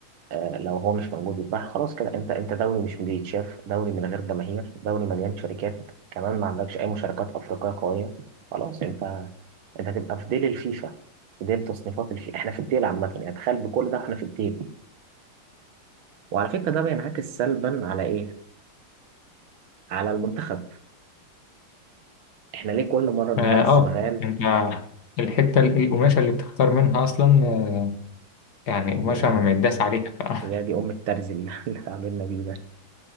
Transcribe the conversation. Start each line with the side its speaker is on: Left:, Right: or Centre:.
Right: آه لو هو مش موجود يبقى خلاص كده انت انت دوري مش بيتشاف دوري من غير جماهير دوري مليان شركات كمان ما عندكش اي مشاركات افريقيه قويه خلاص انت انت هتبقى في ديل الفيفا في ديل تصنيفات الفيفا احنا في الديل عامه يعني تخيل بكل ده احنا في الديل وعلى فكرة ده بينعكس سلبا على إيه؟ على المنتخب إحنا ليه كل مرة بنلعب
Left: اه
Right: السنغال
Left: آه، أنت الحتة ال- القماشة اللي بتختار منها أصلا آه، يعني
Right: يا
Left: قماشة
Right: دي أم
Left: ما متداس عليها ف...
Right: يا دي
Left: <laughs>
Right: أم الترز اللي <laughs> اللي اتعاملنا بيه ده